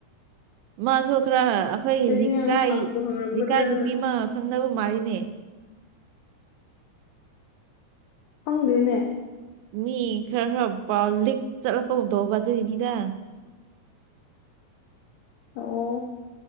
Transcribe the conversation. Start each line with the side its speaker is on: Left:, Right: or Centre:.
Right: ꯃꯥꯁꯨꯣꯈ꯭ꯔꯥ ꯑꯩꯈꯣꯏ ꯂꯩꯔꯤꯀꯥꯏ
Left: ꯑꯩꯗꯤ ꯅꯪ ꯍꯪꯕꯨ ꯍꯪꯉꯝꯒꯗ꯭ꯔꯅ
Right: ꯂꯩꯔꯤꯀꯥꯏ ꯅꯨꯄꯤ ꯑꯃ ꯈꯪꯅꯕ ꯃꯥꯔꯤꯅꯦ
Left: ꯐꯪꯗꯅꯦ
Right: ꯃꯤ ꯈꯔꯥ ꯈꯔꯥ ꯄꯥꯎ ꯂꯤꯛ ꯆꯠꯂꯛ ꯄꯒꯨꯝ ꯇꯧꯕ ꯑꯗꯨꯒꯤꯅꯤꯗ
Left: ꯑꯣ